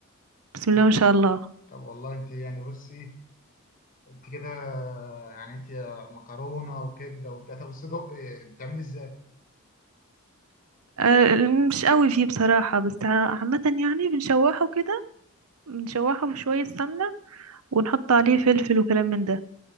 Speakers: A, on the right; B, on the left.
A: بسم الله
B: طب
A: ما شاء الله
B: طب والله انت يعني بصي انت كده يعني انت مكرونة وكبدة وبتاع طب الصدق إيه، بتعملي ازاي؟
A: أه مش قوي فيه بصراحة بس ع- عامة يعني بنشوحه كده بنشوحه في شوية سمنة ونحط عليه فلفل وكلام من ده